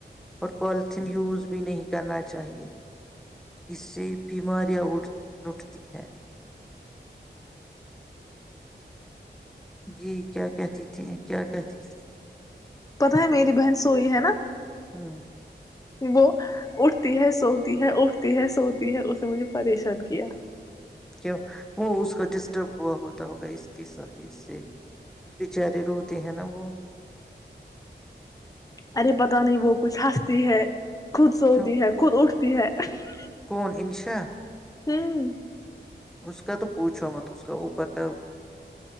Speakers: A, in the centre; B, on the left.
A: اور پالیتھیین یوز بھی نہیں کرنا چاہیے اس سے بیماریاں اٹھتی ہیں جی کیا کہتی تھی کیا کہتیھی
B: پت ہے میری بہن سوئی ہے نا
A: ہ
B: وہ اٹھتی ہے سوتی ہے اٹھتی ہے سوتی ہے اس نے مجھے پریشان کیا
A: کیوں وہ اس کا ڈسٹرب ہوا ہوتا ہوگا اس کے س اس سے بچارے روتے ہیں نا وہ
B: ارے پت نہیں وہ کچھ ہنستی ہے خود سوتی
A: کیوں
B: ہے خود اٹھتی پ ہے <unintelligible>
A: کون انشا
B: ہوں <unintelligible>
A: اس کا تو پوچھو م اس کا اوپر کا